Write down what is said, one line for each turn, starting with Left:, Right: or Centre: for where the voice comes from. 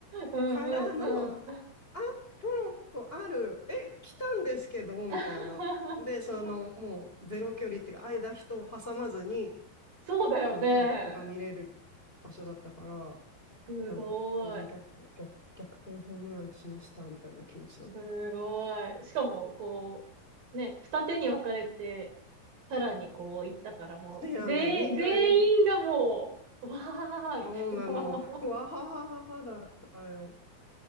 Right: うんうんうん。
Left: からの、あ、トロッコある、え、来たんですけど、
Right: <laughs>
Left: みたいな。で、その、もう、ゼロ距離っていうか、間人を挟まずに、
Right: そうだよね。
Left: そのトロッコが見れる場所だったから、
Right: すごい。
Left: なんか、あ、もう逆、逆、逆転ホームランしましたみたいな気持ちだった。
Right: すごい。しかも、こう、ね、二手に分かれて、さらにこう行ったからもう、
Left: <laughs> いやね、
Right: 全員、
Left: 2回、
Right: 全員がもう、わーみたいな。
Left: そうなの。<laughs> わははははだったよ。